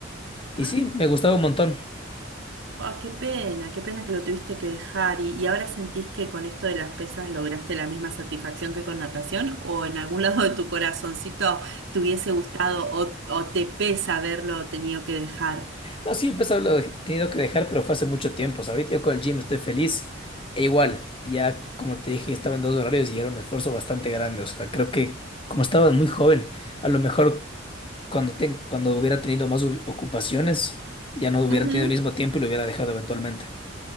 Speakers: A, on the left; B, on the right.
A: Y
B: Ah,
A: sí, me gustaba un montón.
B: ah, qué pena, qué pena que lo tuviste que dejar. ¿Y, y ahora sentís que con esto de las pesas lograste la misma satisfacción que con natación? ¿O en algún lado de tu corazoncito te hubiese gustado o, o te pesa haberlo tenido que dejar?
A: No, sí, empezó, lo he tenido que dejar, pero fue hace mucho tiempo. O sea, ahorita yo con el gym estoy feliz. E igual, ya como te dije, estaba en dos horarios y era un esfuerzo bastante grande. O sea, creo que como estaba muy joven, a lo mejor cuando, te- cuando hubiera tenido más u- ocupaciones, ya no hubiera
B: Ujú.
A: tenido el mismo tiempo y lo hubiera dejado eventualmente.